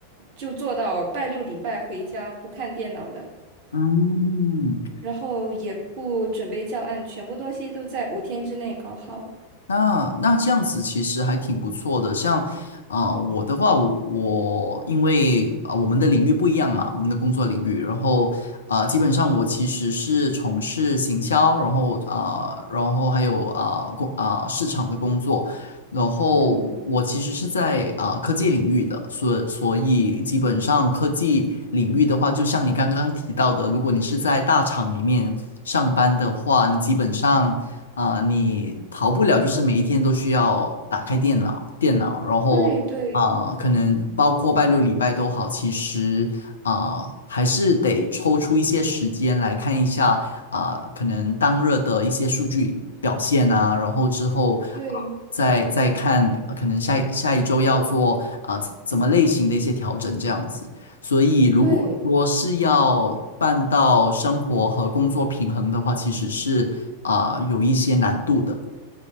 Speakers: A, on the right; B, on the left.
A: 就做到拜六礼拜回家不看电脑的，
B: 嗯，
A: 然后也不准备教案，全部东西都在五天之内搞好。
B: 那那这样子其实还挺不错的，像啊、呃我的话，我我因为啊、呃我们的领域不一样嘛，我们的工作领域，然后啊、呃基本上我其实是从事行销，然后啊、呃然后还有啊、呃工啊、市场的工作，然后我其实是在啊、
A: 嗯，
B: 呃科技领域的，所所以基本上科技领域的话，就像你刚刚提到的，如果你是在大厂里面上班的话，你基本上。啊、你逃不了，就是每一天都需要打开电脑，电脑，然后啊、
A: 对对
B: 可能包括拜六礼拜都好，其实啊、还是得抽出一些时间来看一下啊、可能当日的一些数据表现呐，然后之后啊、
A: 对。
B: 再再看，呃可能下一下一周要做啊、怎么类型的一些调整这样子。所以，如果说是要办到生活和工作平衡的话，
A: 对
B: 其实是啊、有一些难度的。